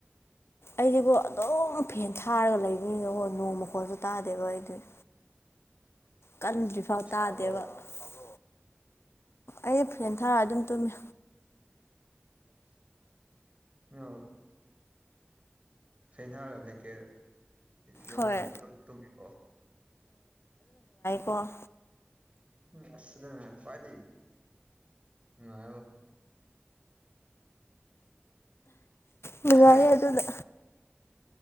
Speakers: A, on the left; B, on the right.
A: ꯑꯩꯗꯤꯀꯣ ꯑꯗꯨꯝ ꯐꯦꯟ ꯊꯥꯔꯒ ꯂꯩꯕꯅꯤꯅꯀꯣ ꯅꯣꯡ ꯃꯈꯣꯟꯜꯁꯨ ꯇꯥꯗꯦꯕ ꯑꯩꯗꯨ ꯀꯟꯗ꯭ꯔꯤꯐꯥꯎ
B: ꯁꯥꯕ꯭ꯔꯣ
A: ꯇꯥꯗꯦꯕ ꯑꯣ ꯑꯩ ꯐ꯭ꯔꯦꯟ ꯊꯥꯔ ꯑꯗꯨꯝ ꯇꯨꯝꯃꯤ
B: ꯎꯝ ꯑ ꯐꯦꯅꯍꯥꯔꯕ ꯀꯦ ꯌꯣꯃꯒ
A: ꯍꯣꯏ
B: ꯇꯨꯕꯣ
A: ꯄꯟ
B: ꯎꯝꯗ ꯀ꯭ꯋꯥꯗ ꯉ
A: ꯅꯨꯡꯉꯥꯏꯦ
B: ꯑꯔꯦ
A: ꯑꯗꯨꯗ